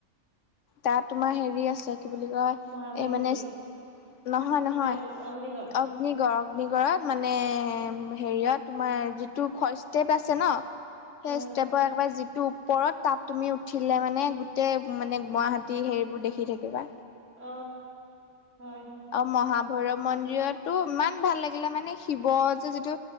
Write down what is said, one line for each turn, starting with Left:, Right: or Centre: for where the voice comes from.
Left: তাত তোমাৰ হেৰি আছে কি বুলি কয়।
Right: মহাভৈৰৱ
Left: এই মানে
Right: মন্দিৰ
Left: নহয় নহয়
Right: নে
Left: অ
Right: অগ্নিগড়
Left: অগ্নিগড় অগ্নিগড়ত মানে হেৰিয়ত তোমাৰ যিটো খচতেপ আছে ন। সেই
Right: অ
Left: ষ্টেপৰ একবাৰ যিটো ওপৰত তাত তুমি উঠিলে মানে গোটেই মানে গুৱাহাটী হেৰিবোৰ দেখি থাকিবা
Right: অ হয়
Left: অ মহাভৈৰৱ মন্দিৰতো ইমান ভাল লাগিলে মানে শিৱ যে যিটো।